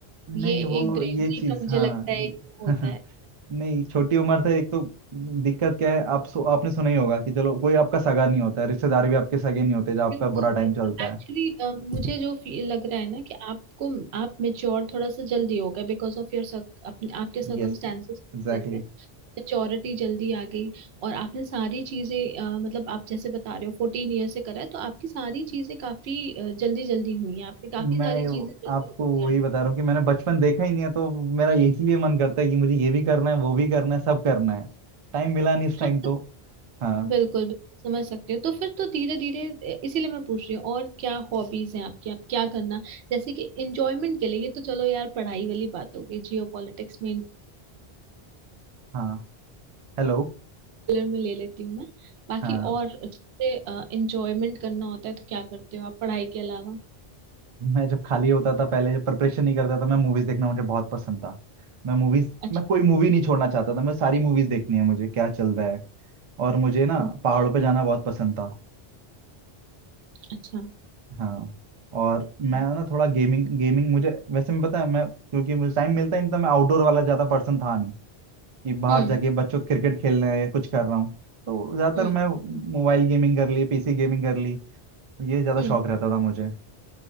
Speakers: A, on the right; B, on the right.
A: नहीं
B: ये
A: वो
B: एक ब्रेवरी
A: ये चीज
B: का मुझे
A: हाँ
B: लगता है
A: ये-
B: एक वो होता
A: <laughs>
B: है
A: नहीं छोटी उम्र था एक तो दिक्कत क्या है आप सु, आपने सुना ही होगा कि चलो कोई आपका सगा नहीं होता है रिश्तेदार भी आपके सगे नहीं होते जब आपका
B: बिल्कुल
A: बुरा टाइम चलता
B: एक्चुअली
A: है
B: मुझे जो फील लग रहा है ना कि आपको आप मेच्योर थोड़ा सा जल्दी हो गए बिकॉज ऑफ योर अपने आपके सर्कमस्टेंसेस
A: Yes exactly
B: की वजह से मेच्योरिटी जल्दी आ गई और आपने सारी चीजें अ, मतलब आप जैसे बता रहे हो फोर्टीन ईयर से करा है तो आपकी सारी चीजें काफी जल्दी जल्दी हुई हैं आपने काफी
A: मैं
B: सारी
A: वो-
B: चीजें जल्दी
A: आपको वही
B: कर
A: बता रहा हूँ कि मैंने बचपन देखा ही नहीं है तो मेरा इसीलिए मन करता है कि मुझे ये भी करना है वो भी करना है सब करना है टाइम मिला नहीं इस
B: हाँ
A: टाइम तो
B: तो
A: हाँ
B: बिल्कुल बिल्कुल समझ सकते हो तो फिर तो धीरे धीरे इसीलिए मैं पूछ रही हूँ और क्या हॉबीज हैं आपकी आप क्या करना जैसे कि एंजॉयमेंट के लिए ये तो चलो यार पढ़ाई वाली बात हो गई जियो पॉलिटिक्स में
A: हाँ हेलो
B: इंटर में ले लेती हूँ मैं बाकी
A: हाँ
B: और जैसे एंजॉयमेंट करना होता है तो क्या करते हो आप पढ़ाई के अलावा
A: मैं जब खाली होता था पहले जब प्रिपरेशन नहीं करता था मैं मूवीज देखना मुझे बहुत पसंद था मैं मूवीज
B: अच्छा
A: मैं कोई मूवी नहीं छोड़ना चाहता था मैं सारी मूवीज देखनी है मुझे क्या चल रहा है और मुझे ना
B: ओके
A: पहाड़ों पे जाना बहुत पसंद था
B: अच्छा
A: हाँ और मैं
B: ओ,
A: ना थोड़ा गेमिंग गेमिंग मुझे वैसे मैं पता है मैं क्योंकि मुझे टाइम मिलता ही नहीं था मैं आउटडोर वाला ज्यादा पर्सन था नहीं कि बाहर
B: हम्म
A: जाके बच्चों क्रिकेट खेलना है या कुछ कर रहा हूँ तो ज्यादातर
B: हम्म
A: मैं मोबाइल गेमिंग कर ली पीसी गेमिंग कर ली ये ज्यादा
B: हम्म
A: शौक रहता था मुझे